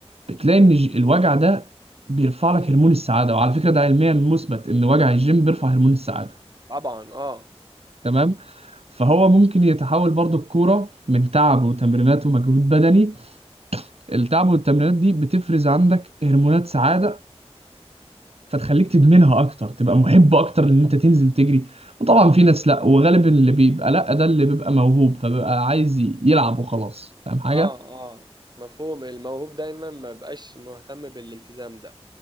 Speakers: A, on the right; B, on the right.
A: بتلاقي ان ج- الوجع ده بيرفع لك هرمون السعادة وعلى فكرة ده علميا مثبت ان وجع الجيم بيرفع هرمون السعادة
B: طبعا اه
A: تمام فهو ممكن يتحول برضو الكورة من تعب وتمرينات ومجهود بدني التعب والتمرينات دي بتفرز عندك هرمونات سعادة فتخليك تدمنها اكتر تبقى محب اكتر ان انت تنزل تجري وطبعا في ناس لا وغالبا اللي بيبقى لا ده اللي بيبقى موهوب فبيبقى عايز ي- يلعب وخلاص فاهم حاجة
B: اه اه مفهوم الموهوب دايما ما بقاش مهتم بالالتزام ده